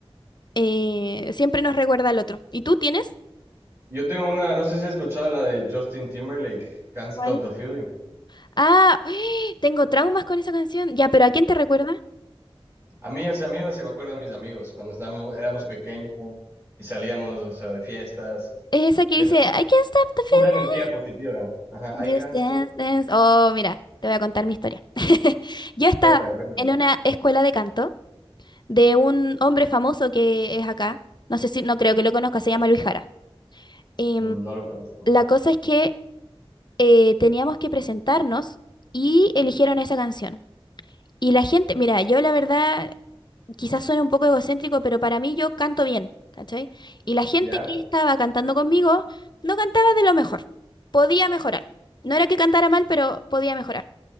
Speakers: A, on the left; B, on the right.
A: eh, siempre nos recuerda al otro. ¿Y tú tienes?
B: Yo tengo una, no sé si has escuchado la de Justin Timberlake, Can't Stop
A: ¿Cuál?
B: the Feeling.
A: Ah, <gasps> tengo traumas con esa canción. Ya, pero ¿a quién te recuerda?
B: A mí, o sea, a mí me se me acuerdan mis amigos cuando estábamos, éramos pequeños y salíamos, o sea, de fiestas.
A: Es esa que
B: Me
A: dice,
B: trae
A: I can't stop the feeling,
B: pura energía positiva. Ajá,
A: just
B: I can't
A: dance,
B: stop.
A: dance. Oh, mira, te voy a contar mi historia. <laughs> Yo estaba
B: Cuenta, cuenta.
A: en una escuela de canto de un hombre famoso que es acá. No sé si, no creo que lo conozca, se llama Luis Jara. Em,
B: No lo conozco.
A: la cosa es que eh, teníamos que presentarnos y eligieron esa canción. Y la gente, mira, yo la verdad quizás suene un poco egocéntrico, pero para mí yo canto bien, ¿cachai? Y la gente
B: ¿Ya?
A: que estaba cantando conmigo no cantaba de lo mejor, podía mejorar. No era que cantara mal, pero podía mejorar.